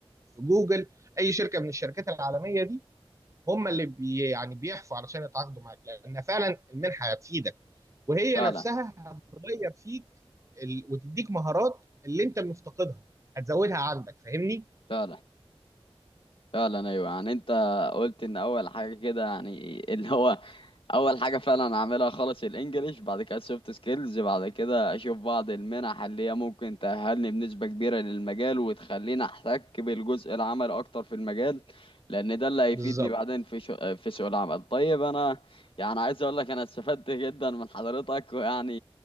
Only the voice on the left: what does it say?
فعلا
فعلا فعلا ايوه يعني انت قلت ان اول حاجه كده يعني اللي هو اول حاجه فعلا اعملها خالص الانجليش بعد كده السوفت سكيلز بعد كده اشوف بعض المنح اللي هي ممكن تأهلني بنسبه كبيره للمجال وتخليني احتك بالجزء العملي اكتر في المجال لان ده اللي هيفيدني
بعدين في شو... في سوق العمل طيب انا يعني عايز اقول لك انا استفدت جدا من حضرتك ويعني